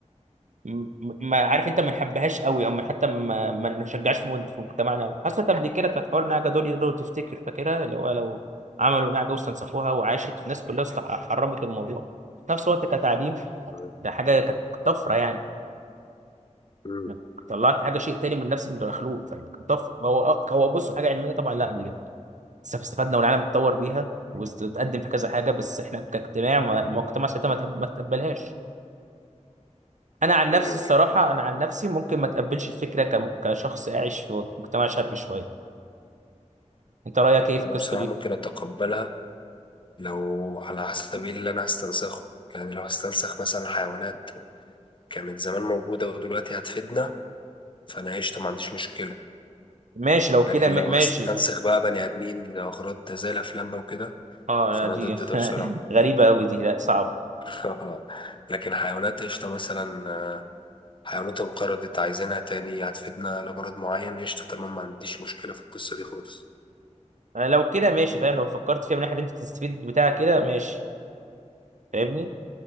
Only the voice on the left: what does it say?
ايوه
مم.
ايوه
ايوه
أنا
بصراحة
ممكن أتقبلها لو على حسب إيه اللي أنا هستنسخه يعني لو هستنسخ مثلا حيوانات كانت زمان موجودة ودلوقتي هتفيدنا فأنا عشت ما عنديش مشكلة
لكن
لو
هستنسخ بقى بني آدمين لأغراض زي الأفلام بقى وكده
فأنا
ضد
ده بصراحة
<laughs> لكن حيوانات قشطة مثلا حيوانات انقرضت عايزينها تاني هتفيدنا لغرض معين قشطة تمام ما عنديش مشكلة في القصة دي خالص